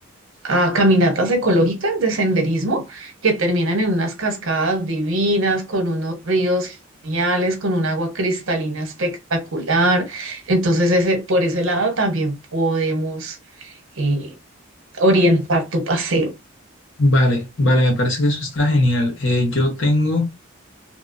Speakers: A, on the right; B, on the left.
A: a caminatas ecológicas de senderismo que terminan en unas cascadas divinas, con unos ríos geniales, con un agua cristalina espectacular. Entonces, ese, por ese lado también podemos eh, orientar tu paseo.
B: Vale, vale, me parece que eso está genial. Eh, yo tengo